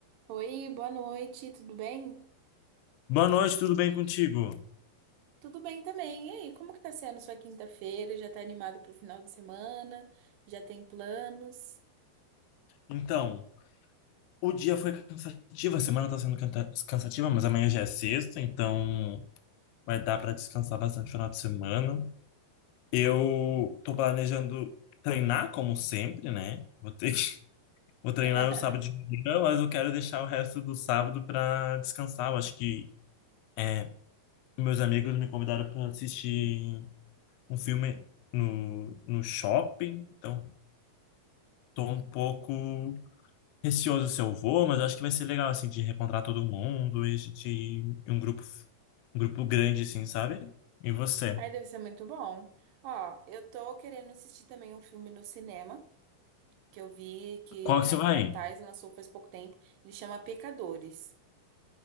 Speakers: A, on the right (about 75°); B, on the left (about 80°).
A: Oi, boa noite, tudo bem?
B: Boa noite, tudo bem contigo?
A: Tudo bem também. E aí, como que tá sendo sua quinta-feira? Já tá animado pro final de semana? Já tem planos?
B: Então, o dia foi cansativo, a semana tá sendo canta- cansativa, mas amanhã já é sexta, então vai dar para descansar bastante no final de semana. Eu tô planejando treinar, como sempre, né? Vou ter que... <laughs> Vou treinar
A: <laughs>
B: no sábado de manhã, mas eu quero deixar o resto do sábado para descansar. Eu acho que é, meus amigos me convidaram para assistir um filme no, no shopping, então tô um pouco receoso se eu vou, mas eu acho que vai ser legal, assim, de reencontrar todo mundo e a gente ir em um grupo, um grupo grande, assim, sabe? E você?
A: Ai, deve ser muito bom. Ó, eu tô querendo assistir também um filme no cinema, que eu vi que ele
B: Qual que
A: tá
B: você
A: em
B: vai?
A: cartaz, lançou faz pouco tempo. Ele chama Pecadores.